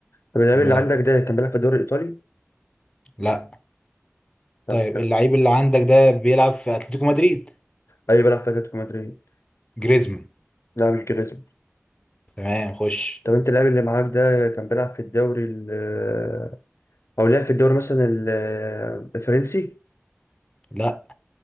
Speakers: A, on the left (about 65°); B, on the left (about 20°).
A: طب اللاعب
B: تمام
A: اللي عندك ده كان بيلعب في الدوري الإيطالي
B: لا
A: طب
B: طيب
A: لا.
B: اللعيب اللي عندك ده بيلعب في اتلتيكو مدريد
A: أيوة بيلعب في أتلتيكو مدريد
B: جريزمان
A: لا مش جريزمان
B: تمام خش
A: طب أنت اللاعب اللي معاك ده كان بيلعب في الدوري ال آه، أو لعب في الدوري مثلا ال- آه، الفرنسي
B: لا